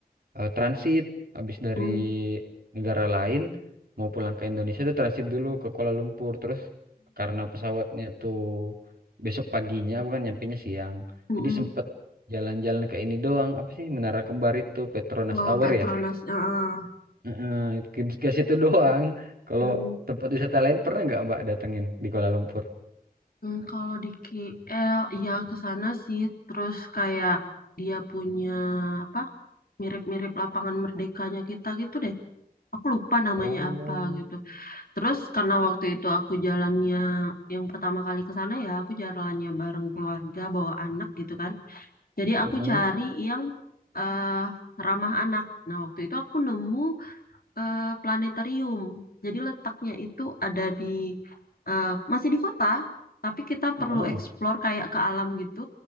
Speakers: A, on the right; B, on the left.
A: eh, transit. Habis dari
B: mm-mm,
A: negara lain mau pulang ke Indonesia tuh transit dulu ke Kuala Lumpur. Terus karena pesawatnya tuh besok paginya, aku kan nyampainya siang.
B: mm-mm.
A: Jadi sempet jalan-jalan ke ini doang. Apa sih Menara Kembar itu, Petronas
B: Oh,
A: Tower
B: Petronas.
A: ya?
B: heeh.
A: Heeh, ke ke situ <laughs> doang. Kalau
B: Mm,
A: tempat wisata lain pernah nggak Mbak datengin di Kuala Lumpur?
B: mm, Kalau di KL, ya ke sana sih. Terus kayak dia punya apa? Mirip-mirip lapangan merdekanya kita gitu deh. Aku lupa namanya
A: Oh,
B: apa gitu. Terus karena waktu itu aku jalannya yang pertama kali ke sana ya, aku jalannya bareng keluarga bawa anak gitu kan. Jadi
A: heeh,
B: aku cari yang eh ramah anak. Nah, waktu itu aku nemu eh, planetarium. Jadi letaknya itu ada di eh, masih di kota, tapi kita
A: heeh.
B: perlu explore kayak ke alam gitu.